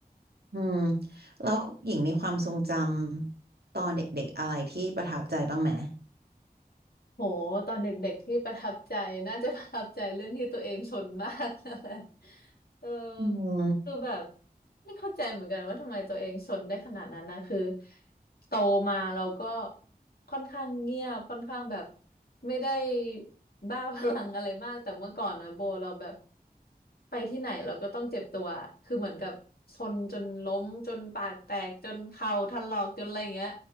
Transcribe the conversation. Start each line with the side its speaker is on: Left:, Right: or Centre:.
Right: อืมแล้วหญิงมีความทรงจำตอนเด็กๆอะไรที่ประทับใจบ้างไหม
Left: โหตอนเด็กๆที่ประทับใจน่าจะประทับใจเรื่องที่ตัวเองชนมากนั่นแหละ <laughs> เออ
Right: อืม
Left: คือแบบไม่เข้าใจเหมือนกันว่าทำไมตัวเองชนได้ขนาดนั้นนะคือโตมาเราก็ค่อนข้างเงียบค่อนข้างแบบไม่ได้บ้าพลังอะไรมากแต่เมื่อก่อนนะโบเราแบบไปที่ไหนเราก็ต้องเจ็บตัวคือเหมือนกับชนจนล้มจนปากแตกจนเข่าถลอกจนอะไรอย่างเงี้ย